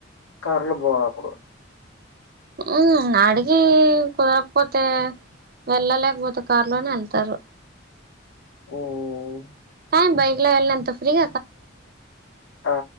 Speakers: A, on the left (about 80°); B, on the right (about 50°).
A: కర్రె పోలప్పుడు
B: ఊ, అడిగీ కుదరకపోతే, వెళ్ళలేకపోతే కార్ లోనే ఎత్తారు
A: ఉమ్
B: ఆ కానీ బైక్ లొ వెళ్నంత ఫ్రీగ
A: ఆ